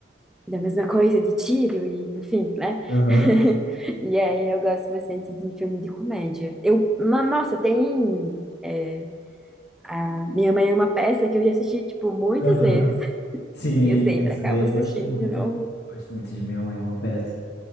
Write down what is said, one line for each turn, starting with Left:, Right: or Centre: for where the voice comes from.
Centre: da mesma <laughs> coisa de tiro e, enfim, né?
Left: Aham.
Centre: <laughs> E aí eu gosto bastante de filme de comédia. Eu, ma- nossa, tem... é, a Minha Mãe é uma peça que eu já assisti, tipo, muitas
Left: Aham.
Centre: vezes. <laughs>
Left: Sim,
Centre: E eu sempre
Left: essa
Centre: acabo
Left: daí eu
Centre: assistindo
Left: gosto muito,
Centre: de novo.
Left: mano. Eu gosto muito de Minha Mãe é uma Peça.